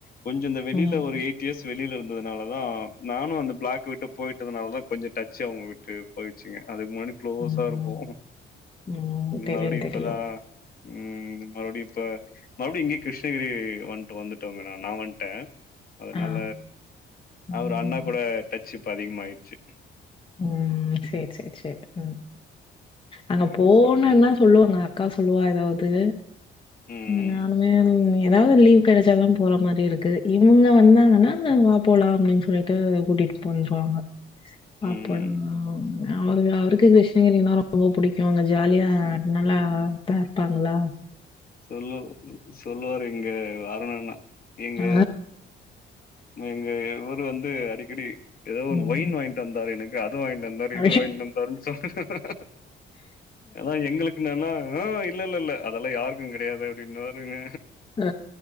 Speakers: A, on the left; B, on the left.
A: கொஞ்ச இந்த வெளில
B: ம்
A: ஒரு எயிட் இயர்ஸ் வெளியில இருந்ததுனால அதா நானு அந்த பிளாக் விட்டு போயிட்டதுனாலதா கொஞ்ச டச்சு அவங்க விட்டு ப்போயிச்சுங்க அதுக்கு முன்னாடி குளோஸா
B: ம்
A: இருப்போ
B: ம் ம். தெரியும்,
A: மறுடியு இப்பதா
B: தெரியும்.
A: ம் மறுடியு இப்ப மறுபடியு இங்கேயே கிருஷ்ணகிரி வந்துட்டு வந்துட்டோங்க நான் நா வந்ட்டே அதனால
B: ஆ. ம்.
A: அவரு அண்ணா கூட டச் இப்ப அதிகமாயிட்ச்சு
B: ம் சேர் சேர் சேர் உம் அங்க
A: சரி
B: போணுனா
A: சரி
B: சொல்லுவாங்க அக்கா சொல்லுவா எதாவ்து
A: ம்
B: நா ஒன்னுமே எதாவ்து லீவ் கெடச்சாதா போற மாரி இருக்கு இவுங்க வந்தாங்கனா போலா அப்டின் சொல்லிட்டு கூட்டிட்டு போய்ருவாங்க அப்பற
A: ம்
B: அவரு அவருக்கு கிருஷ்ணகிரினா ரொம்ப புடிக்கு அங்க ஜாலியா அ
A: ம்
B: நல்லா பாப்பாங்களா
A: சொல்லு சொல்லுவாரு இங்க வரனுன்னா இங்க
B: ஆ
A: எங்க இவரு வந்து அடிக்கடி எதோ
B: ம்.
A: ஒன்னு ஒயின் வாங் கித்தந்தாரு எனக்கு அத வாங்கிட்டு வந்தாரு
B: அ,
A: இத வாங்கிட்டு வந்தாரு சொல் ஆனா எங்களுக்கு என்னன்னா உம் இல்ல இல்ல இல்ல அதெல்லா யாருக்கு கெடையாது அப்டின்னுவாருங்க
B: அ